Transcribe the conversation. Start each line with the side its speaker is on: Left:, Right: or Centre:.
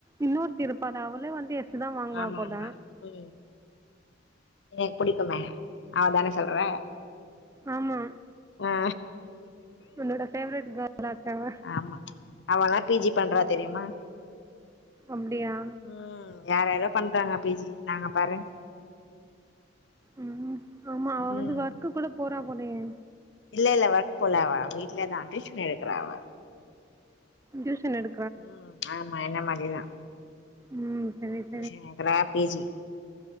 Right: இன்னொருத்தி இருப்பாலே அவளே வந்து எஸ் தா வாங்குவா
Left: ஆமா
Right: போல
Left: ஆமா உ எனக்கு பிடிக்குமே அவ தான சொல்ற
Right: ஆமா
Left: ஆ
Right: உன்னோட ஃபேவரட் கேர்ள் ஆச்சே அவ
Left: ஆமா அவள்ளா பிஜி பண்றா தெரியுமா
Right: அப்டியா
Left: ம் யார் யாரோ பண்றாங்க பிஜி நாங்க பாரு
Right: ம் ஆமா அவ வந்து
Left: ம்
Right: ஒர்க்கு கூட போறா போலயே
Left: இல்ல இல்ல ஒர்க் போல அவ வீட்ல தா டியூஷன் எடுக்குறா அவ
Right: டியூஷன் எடு
Left: ம் ஆமா என்ன மாதிரிதா
Right: ம் <unintelligible>
Left: டியூஷன் எடுக்குறா பிஜி